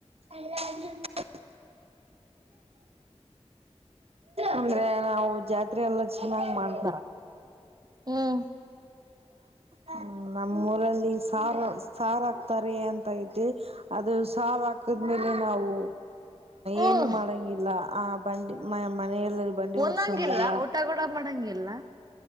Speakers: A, on the right; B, on the right.
A: ಹಲೋ ಅಂದ್ರು <unintelligible> ಅಂದ್ರೆ ನಾವು ಜಾತ್ರೆ ಎಲ್ಲಾ ಚೆನ್ನಾಗಿ ಮಾಡ
B: ಬರ ಹ್ಮ್.
A: ಹ್ಮ ನಮ್ಮೂಊರಲ್ಲಿ ಸಾರ್ ಸಾರ್ಹಾಕ್ತಾರಿ ಆತರ ಅಂತ ಐತಿ ಅದು ಸಾರ್ಹಾಕ ಹಾಕಿದ ಮೇಲೆ ನಾವು
B: ಹ್ಮ್
A: ಏನು ಮಾಡಂಗಿಲ್ಲ ಆ ಬಂಡಿ ಮ ಮನಲ್ಲ ಬಂಡಿ
B: ಉನ್ನಂಗಿಲ್ಲ
A: ಹೊರ್ಸಂಗಿಲ್ಲ.
B: ಊಟ ಕೊಡ ಮಾಡಂಗಿಲ್ಲ.